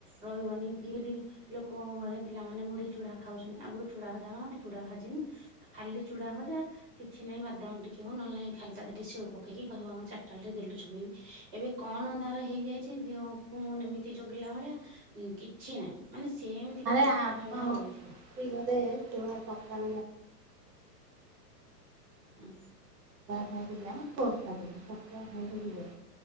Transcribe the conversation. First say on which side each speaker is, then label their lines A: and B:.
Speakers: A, on the right; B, on the right.
A: ରହିବନି କିରି ଲୋକଙ୍କ ଘରେ ପିଲାମାନେ ମୁଢି, ଚୁଡା ଖାଉଚନି ଆଗରୁ ଚୁଡ଼ା ଭଜା ଆଣନ୍ତି ଚୁଡ଼ା ଭାଜିନୁ। ଖାଲି ଚୁଡା ଭଜା କିଛି ନାଇଁ ବାଦାମ ଟିକେ ହଉ ନହେଲେ ନାଇଁ ଖାଲି ତା ଧିଅରେ ଟିକେ ସେଉ ପକେଇକି କହିବ ମ ଚାଟାଏଲ ଟି ଦେଲୁ ଚୋବେଇବି ଏବେ କଣ ତାର ହେଇଯାଇଚି ଯେ ମୁଁ ନ ଏମିତି ଜଗିଲା ଭଳିଆ କିଛି ନାଇଁ ମାନେ ସେମିତି
B: ଆରେ
A: ପୁରା ନିଠରା
B: ଆମ
A: ଭଳିଆ ବଇଥିବ।
B: <unintelligible> ହେଲା <unintelligible> ଚ଼ା
A: ହୁଁ
B: ଖାଇକି ଯା <unintelligible> ଛତୁଆ ଖାଇକି ଯିବେ।